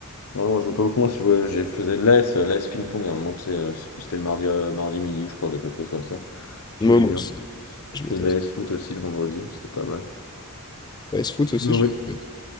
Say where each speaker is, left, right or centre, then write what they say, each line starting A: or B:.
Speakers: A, on the left; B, on the left.
A: Ouais, moi je vois pas beaucoup, moi si je vois- j'ai faisais de l'AS, euh, l'AS ping-pong à un moment, tu sais, euh, je sais plus, c'était le mardi, euh, mardi midi, je crois, quelque chose comme ça. J'aimais
B: Moi, moi
A: bien.
B: aussi. Je
A: Je
B: m'étais
A: fais de
B: inscrit.
A: l'AS foot aussi le vendredi, c'était pas mal.
B: La S-Foot aussi,
A: Je me
B: je
A: ré-
B: l'ai fait.